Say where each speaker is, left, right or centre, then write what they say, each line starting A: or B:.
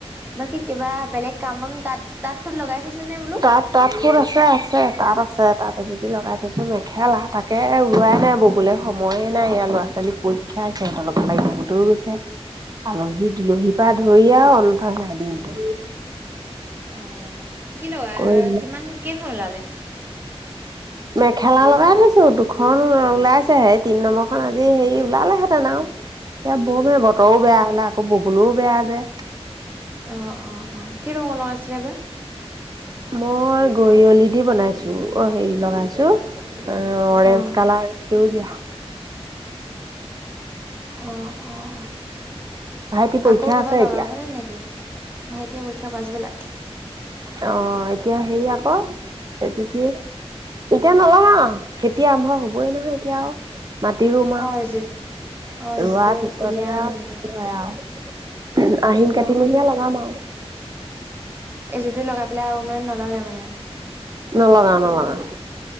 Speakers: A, on the right; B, on the right.
A: বাকী কিবা বেলেগ কাম বন তাঁত-তাঁত সুত লগাই থৈছে। নে বোলো
B: তাঁত তাঁত হোত আছে আছে তাঁত আছে। তাঁত এযোটি লগাই থৈ ছো মেখেলা তাকে ওলোৱাই নাই ববলে সময়ে নাই এইয়া ল'ৰা ছোৱালী পৰীক্ষা সিহঁতৰ লাগত লাগি থাকোতেই গৈছে, আলহী দুলহীৰ পৰা ধৰি আও অন্তই নাই দিনটো।
A: অ' কি লগা
B: কৰি দিলে
A: কিমান কেইখন ওলালে?
B: মেখেলা লগাই থৈছো দুখন ওলাইছে হেই তিন নম্বৰখন আজি হেৰি ওলালেহেঁতেন আও। এতিয়া বৰ বেয়া বতৰও বেয়া হল আকৌ ববলও বেয়া যে।
A: অ' অ' অ' কি ৰঙৰ লগাইছিলে বা?
B: মই গৰিয়লি দি বনাইছো অ হেৰি লগাইছো। অ' অৰেঞ্জ
A: অ
B: কালাৰটো দিয়া।
A: অ' অ'
B: ভাইটি পৰীক্ষা
A: আকৌ কিবা
B: আছে
A: লগাবনে
B: এতিয়া
A: নেকি? ভাইটিৰ পৰীক্ষা পাচবেলা।
B: অ' এতিয়া হেৰি আকৌ সেইটো কি- এতিয়া নলগাওঁ। খেতি আৰম্ভ হ'বই নহয় এতিয়া আওঁ। মাটি ৰুম আওঁ,
A: অ ৰিজু অ ৰিজুতি
B: ৰোৱাৰ পিছতেহ
A: উলিয়াই
B: আৰু যি হয় আওঁ। আহিন কাটিমহীয়া
A: অ
B: লগাম আওঁ।
A: এই যিটো লগাই পেলাই আৰু মানে নলগাই মানে আও।
B: নলগাওঁ নলগাওঁ।